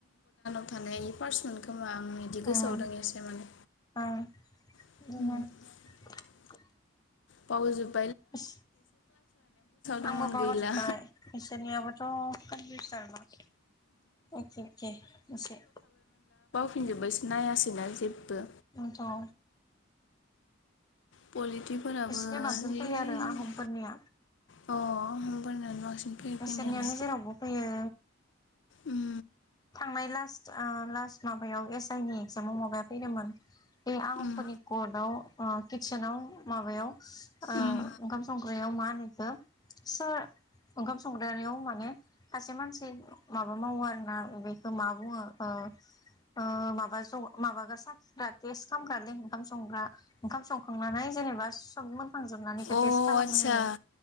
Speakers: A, on the left; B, on the left.
A: थानायनि फार्स्ट मोन खोमा आं बिदि गोसोआव
B: उम
A: दं एसे माने
B: ओं
A: <unintelligible>
B: बिदिनो <inaudible>
A: बावजोब
B: थोस
A: दंमोन
B: आंबो बावगारजोबबाय
A: गैला
B: बिसोरनियाबोथ' कन्फ्यूज <unintelligible> एके एके इसे
A: फिनजोब्बायसो नायासैना जेबो
B: दोन्थ' औ
A: पलिटिफोराबो
B: बिसोरनि बांसिन
A: जि
B: फैयो आरो आहमफोरनिया।
A: अ होमबानियानो बांसिन फैयो
B: बिसोरनियानो
A: फैनायालाय
B: जेरावबो फैयो
A: उम
B: थांनाय लास्ट आ लास्ट माबायाव एस आइ नि एक्जामाव माबाया फैदोंमोन बे आहमफोरनि
A: उम
B: कर्टआव ओ किटसेनाव माबायाव ओ
A: उम
B: ओंखाम संग <unintelligible> मानिखौ सोर ओंखाम संग्रानिआव माने सासे मानसि माबा मावो आरो ना बेखो बुङो ओ ओ माबा ज माबासाखिग्रा टेस्ट खालामग्रालै ओंखाम संग्रा ओंखाम संखांनानै जेनेबा सब मोनखांजोबनानै बिखौ
A: अ आदसा
B: टेस्ट खालामनो होयो